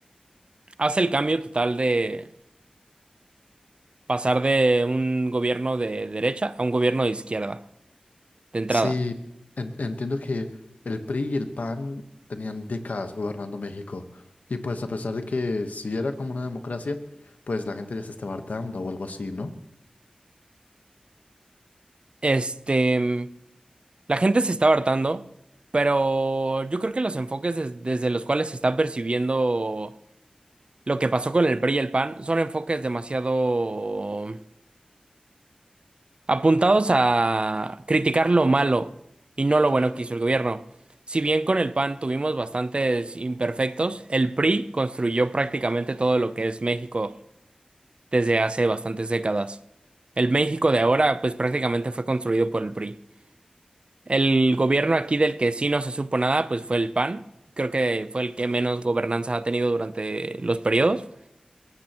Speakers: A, on the right; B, on the left.
A: hace el cambio total de pasar de un gobierno de derecha a un gobierno de izquierda, de entrada.
B: Sí, en- entiendo que el PRI y el PAN tenían décadas gobernando México y pues a pesar de que sí era como una democracia, pues la gente ya se estaba hartando o algo así, ¿no?
A: Este, mm, la gente se está hartando, pero yo creo que los enfoques des- desde los cuales se está percibiendo lo que pasó con el PRI y el PAN son enfoques demasiado apuntados a criticar lo malo y no lo bueno que hizo el gobierno. Si bien con el PAN tuvimos bastantes imperfectos, el PRI construyó prácticamente todo lo que es México desde hace bastantes décadas. El México de ahora, pues prácticamente fue construido por el PRI. El gobierno aquí del que sí no se supo nada, pues fue el PAN. Creo que fue el que menos gobernanza ha tenido durante los periodos.